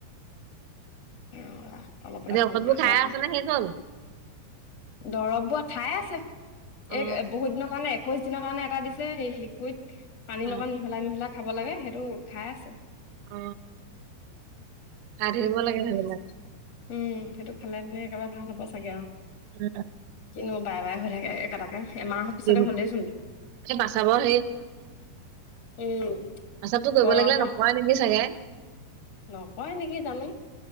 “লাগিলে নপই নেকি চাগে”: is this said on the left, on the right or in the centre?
Right